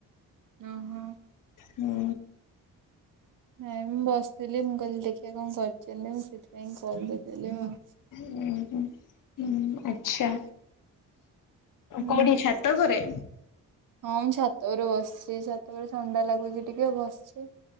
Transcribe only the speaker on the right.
ଓହୋ।
ନାଇଁ ମୁଁ ବସିଥିଲି ମୁଁ କହିଲି ଦେଖିବା କଣ କରୁଛନ୍ତି ମୁଁ ସେଥିପାଇଁ କଲ୍ କରିଥିଲି ଆଉ।
ହୁଁ।
ହଁ ମୁଁ ଛାତ ଘରେ ବସିଛି ଛାତ ଘରେ ଥଣ୍ଡା ଲାଗୁଛି ଟିକେ ବସିଛି।